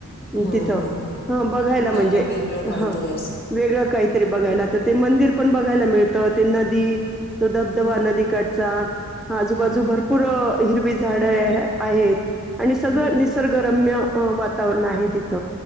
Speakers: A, on the left; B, in the centre.
A: हां,
B: तिथं
A: हां, हां, हां.
B: हा बघायला
A: मुलांना
B: म्हणजे
A: वेगळं काहीतरी
B: हा
A: असं.
B: वेगळं काही तरी बघायला तर ते मंदिर पण बघायला मिळतं ते नदी तो धबधबा
A: हां,
B: नदीकाठचा आजूबाजू
A: हां.
B: भर पूर हिरवी झाडं आहेत आणि सगळं
A: हं.
B: निस सर्ग रम्य वातावरण आहे तिथ